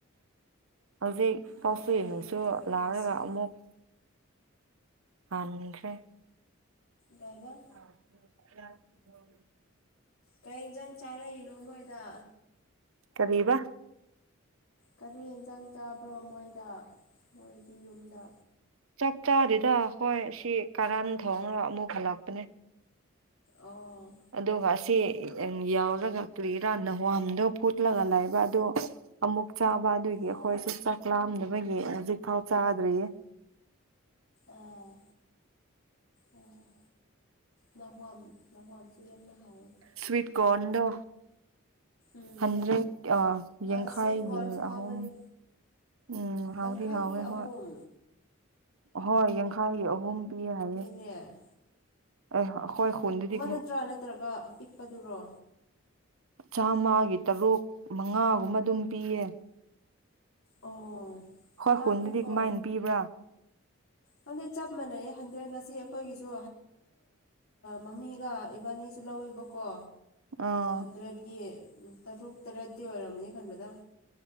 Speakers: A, on the right; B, on the left.
A: ꯍꯧꯖꯤꯛ ꯄꯥꯎꯆꯦꯟꯅꯁꯨ
B: ꯋꯥꯔꯦ ꯌꯥꯝꯅ
A: ꯂꯥꯛꯔꯒ
B: ꯉꯁꯤ
A: ꯑꯃꯨꯛ ꯍꯟꯈ꯭ꯔꯦ
B: ꯒꯩꯕꯥ
A: <inaudible>
B: ꯀꯩ ꯌꯦꯟꯖꯥꯡ ꯆꯥꯔꯛꯏꯅꯣ ꯃꯣꯏꯗ
A: ꯀꯔꯤꯕ
B: ꯀꯔꯤ ꯌꯦꯟꯖꯥꯡ ꯆꯥꯕ꯭ꯔꯣ ꯃꯣꯏꯗ ꯃꯣꯏꯒꯤ ꯌꯨꯝꯗ
A: ꯆꯥꯛ ꯆꯥꯗꯦꯗꯥ ꯍꯣꯏ ꯁꯤ ꯀꯔꯟ ꯊꯣꯡꯉꯥꯒ ꯑꯃꯨꯛ ꯍꯜꯂꯛꯄꯅꯦ
B: ꯑꯣ
A: ꯑꯗꯨꯒ ꯑꯁꯤ ꯌꯥꯎꯔꯒ ꯀꯔꯤꯔꯥ ꯅꯍꯋꯥꯝꯗꯣ ꯐꯨꯠꯂꯒ ꯂꯩꯕ ꯑꯗꯣ ꯑꯃꯨꯛ ꯆꯥꯕ ꯑꯗꯨꯒꯤ ꯑꯩꯈꯣꯏꯁꯨ
B: ꯑꯥ
A: ꯆꯥꯛ ꯂꯥꯝꯗꯥꯕꯒꯤ ꯍꯧꯖꯤꯛꯐꯥꯎ ꯆꯥꯗ꯭ꯔꯤꯌꯦ
B: ꯑꯥ ꯑꯥ ꯅꯍꯋꯥꯝ ꯅꯍꯋꯥꯝꯁꯨ ꯌꯥꯝꯅ ꯍꯥꯎꯋꯦ
A: ꯁ꯭ꯋꯤꯠ ꯀꯣꯔꯟꯗꯣ
B: ꯎꯝ
A: ꯍꯟꯗ꯭ꯔꯦꯠ ꯌꯥꯡꯈꯥꯏꯒꯤ
B: ꯁ꯭ꯋꯤꯠ ꯀꯣꯔꯟꯁꯨ ꯍꯥꯎꯕꯅꯤ
A: ꯑꯍꯨꯝ ꯎꯝ ꯍꯥꯎꯗꯤ
B: ꯌꯥꯡꯈꯩꯒꯤ
A: ꯍꯥꯎꯋꯦ
B: ꯑꯍꯨꯝ
A: ꯍꯣꯏ ꯍꯣꯏ ꯌꯥꯡꯈꯩꯒꯤ ꯑꯍꯨꯝ ꯄꯤꯌꯦ ꯍꯥꯏꯌꯦ
B: ꯅꯦ
A: ꯑꯦ ꯑꯈꯣꯏ ꯈꯨꯗꯗꯤ <unintelligible>
B: ꯅꯠꯇ꯭ꯔꯥ ꯅꯠꯇ꯭ꯔꯒ ꯑꯄꯤꯛꯄꯗꯨꯔꯣ
A: ꯆꯥꯝꯃꯒꯤ ꯇꯔꯨꯛ ꯃꯉꯥꯒꯨꯝꯕ ꯑꯗꯨꯝ ꯄꯤꯌꯦ
B: ꯑꯣ
A: ꯍꯣꯏ
B: ꯇꯥꯡꯉꯤꯀꯣ
A: ꯍꯨꯟꯗꯨꯗꯤ ꯀꯃꯥꯏꯅ ꯄꯤꯕ꯭ꯔꯥ
B: ꯍꯟꯗ꯭ꯔꯦꯠ ꯆꯞ ꯃꯥꯟꯅꯩꯌꯦ ꯍꯟꯗ꯭ꯔꯦꯗ ꯉꯁꯤ ꯑꯩꯈꯣꯏꯒꯤꯁꯨ ꯃꯃꯤꯒ ꯏꯕꯥꯅꯤꯁꯨ ꯂꯧꯋꯦꯕꯀꯣ
A: ꯑꯥ
B: ꯍꯟꯗ꯭ꯔꯦꯠꯒꯤ ꯇꯔꯨꯛ ꯇꯔꯦꯠꯇꯤ ꯑꯣꯏꯔꯝꯃꯅꯤ ꯈꯟꯕꯗ